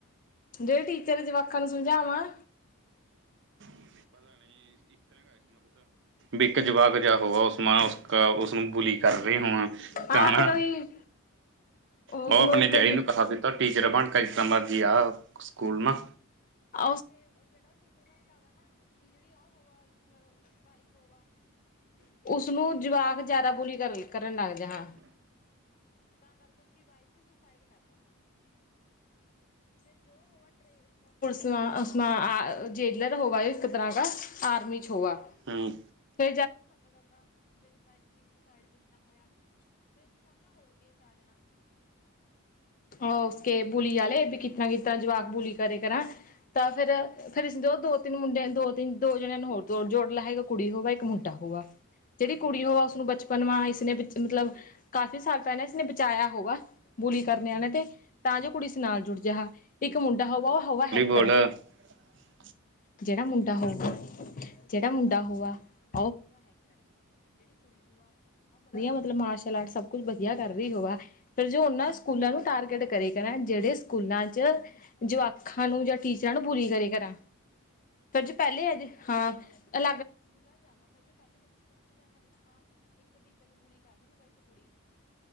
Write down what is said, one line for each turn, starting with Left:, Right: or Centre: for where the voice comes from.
Left: ਜੇ ਟੀਚਰ ਜਵਾਕਾਂ ਨੂੰ ਸਮਝਾਵਾਂ।
Right: <inaudible> ਵਿਕ ਜਵਾਕ ਜਿਹਾ ਹੋਆ ਉਸ ਮੈਂ ਉਸ ਉਸਨੂੰ ਬੁਲੀ ਕਰ ਰਹੇ ਹੋਵਾਂ।
Left: ਹਾਂ
Right: ਤਾਂ ਹੈਾ
Left: ਫਿਰ ਉਹੀ ਉਸਨੂੰ
Right: ਬ ਆਪਣੇ
Left: ਇੱਕ
Right: ਡੈਡੀ ਨੂੰ <unintelligible> ਟੀਚਰ ਭਣ ਕਰਿਕੰਬਾ ਜੀ ਆ ਸਕੂਲ ਮ
Left: <unintelligible> ਉਸਨੂੰ ਜਵਾਕ ਜ਼ਿਆਦਾ ਬੋਲੀ ਕਰ ਕਰਨ ਲੱਗਦੇ ਹਾਂ। <unintelligible> <unintelligible>
Right: ਹੂੰ।
Left: <unintelligible> ਓਹਕੇ ਬੂਲੀ ਆਲੇ <unintelligible> <unintelligible> <unintelligible> ਮਤਲਬ <unintelligible>
Right: <unintelligible>
Left: ਜੇਹੜਾ ਮੁੰਡਾ ਹੋਉਗਾ ਜਿਹੜਾ ਮੁੰਡਾ ਹੋਆ <unintelligible> ਮਤਲਬ ਮਾਰਸ਼ਲ ਆਰਟ ਸਭ ਕੁੱਛ ਵਧੀਆ ਕਰ ਰਹੀ ਹੋਵੈ। ਫਿਰ ਜੋ ਉਹਨਾਂ ਸਕੂਲਾਂ ਨੂੰ ਟਾਰਗੇਟ ਕਰੇਗਾ ਜਿਹੜੇ ਸਕੂਲਾਂ ਚ ਜਵਾਖਾਂ ਨੂੰ ਜਹ ਟੀਚਰਾਂ ਨੂੰ ਪੂਰੀ ਕਰੇ ਕਰਾਂ। ਫ ਜੇ ਪਹਿਲੇ ਆ ਜੇ ਹਾਂ <unintelligible> ਉਹ